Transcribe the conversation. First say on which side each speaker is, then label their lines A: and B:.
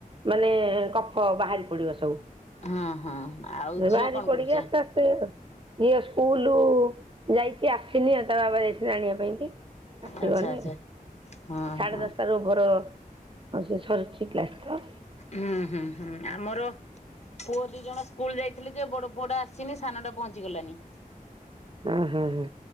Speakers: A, on the right; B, on the left.
A: ମାନେ କଫ ବାହାରି ପଡିବ ସବୁ।
B: ହଁ ହଁ ଆଉ ଝିଅ
A: ବାହାରି
B: କଣ
A: ପଡିକି
B: କରୁଛି?
A: ଆସ୍ତେ ଝିଅ ସ୍କୁଲ ଯାଇଛି ଆସିନି ତା ବାବା ଯାଇଛନ୍ତି ଆଣିବା ପାଇଁ କି। ସିଏ
B: ଆଚ୍ଛା
A: ଗଲେ,
B: ଆଚ୍ଛା। ହଁ
A: ସାଢ଼େ
B: ହଁ
A: ଦଶଟାରୁ ଭର ସେ ସରଛି ପ୍ଲାଷ୍ଟର।
B: ହୁଁ ହୁଁ ହୁଁ ଆମର ପୁଅ ଦି ଜଣ ସ୍କୁଲ ଯାଇଥିଲେ ଯେ ବଡ ପୁଅଟା ଆସିନି ସାନଟା ପହଞ୍ଚିଗଲାଣି।
A: ଉଁ ହୁଁ ହୁଁ